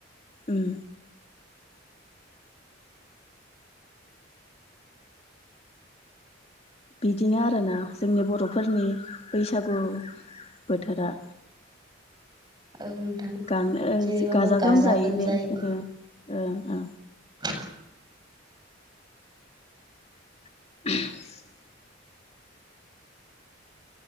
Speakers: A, on the left; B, on the right.
A: ओम बिदिनो आरोना जोंनि बर'फोरनि बैसागु बोथोरा
B: <inaudible> औ नोंथां
A: गान ओ
B: जेरैबाबो गाजा
A: गोमजायैनो
B: गोमजायै
A: जोङो ओ ओ
B: <inaudible>
A: <unintelligible>